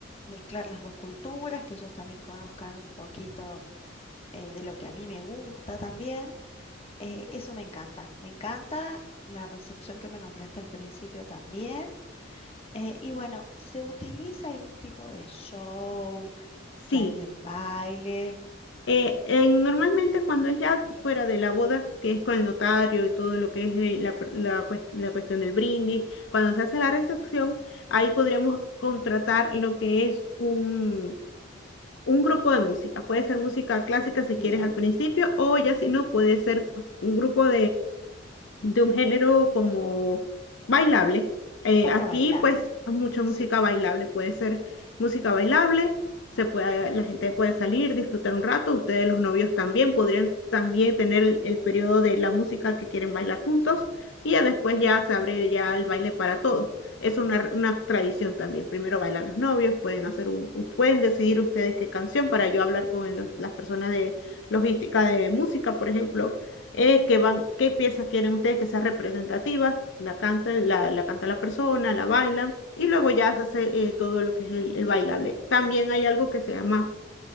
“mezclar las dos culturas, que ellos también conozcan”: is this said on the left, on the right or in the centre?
Left